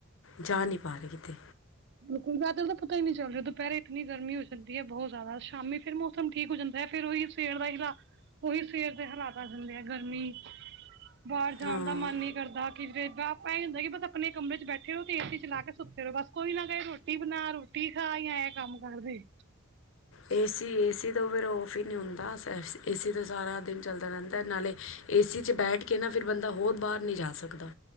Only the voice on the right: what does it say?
ਬਿਲਕੁਲ ਬਾਦਲ ਤਾਂ ਪਤਾ ਹੀ ਨੀ ਚੱਲ ਰਿਹਾ ਦੁਪਹਿਰੇ ਇੰਨੀ ਗਰਮੀ ਹੋ ਜਾਂਦੀ ਹੈ ਬਹੁਤ ਜ਼ਿਆਦਾ ਸ਼ਾਮੀ ਫਿਰ ਮੌਸਮ ਠੀਕ ਹੋ ਜਾਂਦਾ ਹੈ ਫਿਰ ਉਹੀ ਸਿਰ ਵਾਈ ਦਾ ਉਹੀ ਸਵੇਰ ਦੇ ਹਾਲਾਤ ਆ ਜਾਂਦੇ ਆ ਗਰਮੀ। ਬਾਹਰ ਜਾਣ
ਦਾ ਮਨ ਨਹੀਂ ਕਰਦਾ ਕਿਤੇ ਆਪਾ ਇਹ ਹੁੰਦਾ ਕਿ ਬਸ ਆਪਣੇ ਕਮਰੇ ਚ ਬੈਠੇ। ਕਿਉਂਕਿ ਏ ਸੀ ਚਲਾ ਕੇ ਸੁੱਤੇ ਰਹੋ ਬਸ। ਕੋਈ ਨਾ ਕਹੇ ਰੋਟੀ ਬਣਾ ਰੋਟੀ ਖਾ ਜਾਂ ਇਹਂ ਕੰਮ ਕਰਦੇ।